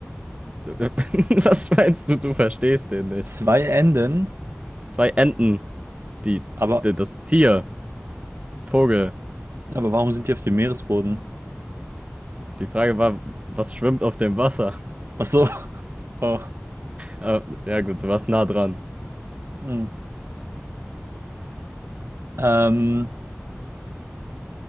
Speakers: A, on the right (about 30°); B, on the right (about 65°).
A: <laughs> Was meinst du? Du verstehst den nicht.
B: Zwei Enden?
A: Zwei Enten. Die,
B: Aber,
A: die, das Tier. Vogel.
B: aber warum sind die auf dem Meeresboden?
A: Die Frage war, was schwimmt auf dem Wasser?
B: Ach so. <laughs> Oh.
A: Äh, ja gut, du warst nah dran.
B: Hm. Ähm,